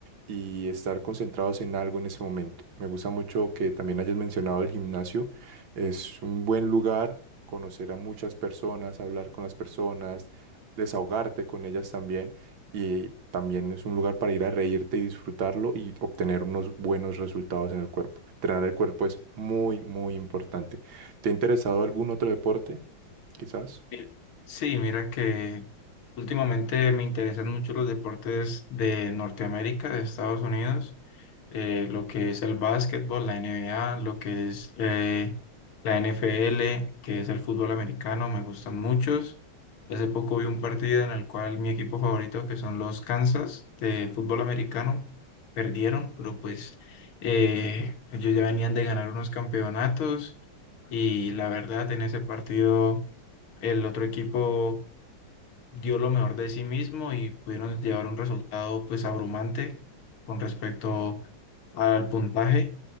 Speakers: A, on the right (about 70°); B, on the left (about 80°).
A: y estar concentrados en algo en ese momento. Me gusta mucho que también hayas mencionado el gimnasio, es un buen lugar. conocer a muchas personas, hablar con las personas, desahogarte con ellas también y también es un lugar para ir a reírte y disfrutarlo y obtener unos buenos resultados en el cuerpo. Entrenar el cuerpo es muy, muy importante. ¿Te ha interesado algún otro deporte? Quizás.
B: Mi- Sí, mira que Últimamente me interesan mucho los deportes de Norteamérica, de Estados Unidos, eh, lo que es el básquetbol, la NBA, lo que es eh, la NFL, que es el fútbol americano, me gustan muchos. Hace poco vi un partido en el cual mi equipo favorito, que son los Kansas de fútbol americano, perdieron, pero pues eh, ellos ya venían de ganar unos campeonatos y la verdad en ese partido el otro equipo dio lo mejor de sí mismo y pudieron llevar un resultado pues abrumante con respecto al puntaje.